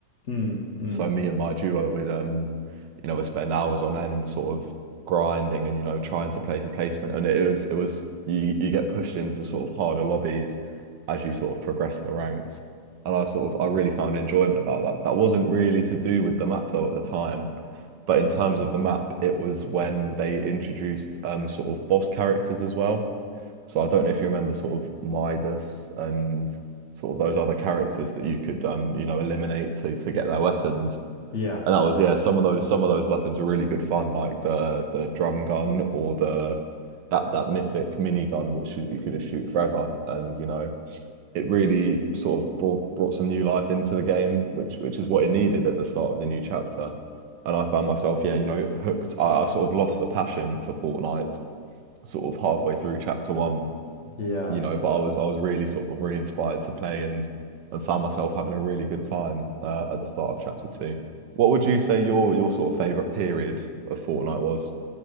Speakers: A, on the left; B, on the right.
A: Mm, mm.
B: so me and my duo would um you know would spend hours on end sort of grinding and you know trying to play for placement and it was it was you you get pushed into sort of harder lobbies as you sort of progress the ranks and I sort of I really found enjoyment about that that wasn't really to do with the map though at the time but in terms of the map it was when they introduced um sort of boss characters as well so I don't know if you remember sort of Midas and sort of those other characters that you could um you know eliminate to to get their weapons
A: Yeah,
B: and that was yeah, some of those some of those weapons were really good fun, like the the drum gun or the that that mythic mini gun which you, you could just shoot forever. And you know, it really sort of brought brought some new life into the game, which which is what it needed at the start of the new chapter. And I found myself, yeah, you know, hooked. I, I sort of lost the passion for Fortnite sort of halfway through chapter one,
A: yeah.
B: you know, but I was I was really sort of re-inspired to play and and found myself having a really good time uh, at the start of chapter two. What would you say your your sort of favorite period of Fortnite was?